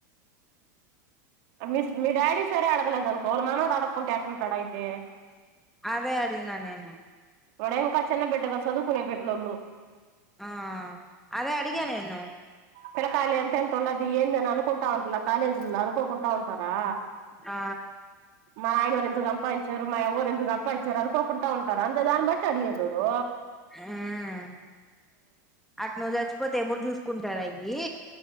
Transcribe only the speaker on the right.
మీ మీ డాడీ సరే అడగలేదు అనుకో మానోడు అడుగకుంటా ఎట్లా ఉంటాడు అయితే
ఇప్పుడు ఇకా చిన్న బిడ్డగా చదువుకునే బిడ్లళ్ళు
పిలకాయలు ఎంత ఎంత ఉండదు ఏంద అని అనుకుంటా ఉంటారా కాలేజీలో అనుకోకుంటా ఉంటారా
మా నాయన ఎంత సంపాదించారు మా ఎవరు ఎంత సంపాదించారు అనుకోకుండా ఉంటారు అంతే దాన్ని బట్టి అడిగాడు వోడు